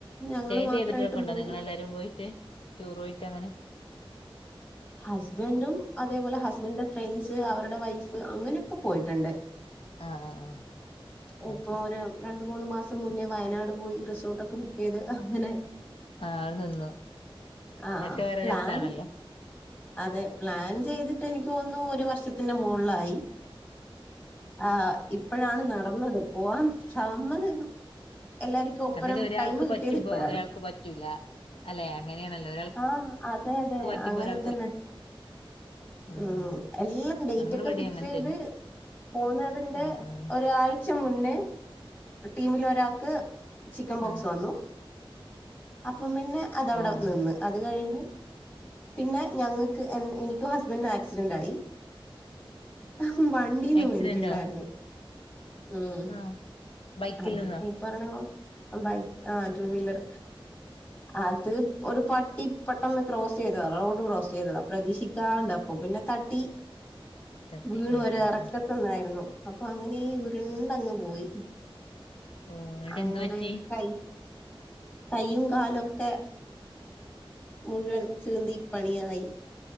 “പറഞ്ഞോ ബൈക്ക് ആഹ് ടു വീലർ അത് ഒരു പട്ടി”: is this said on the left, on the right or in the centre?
Left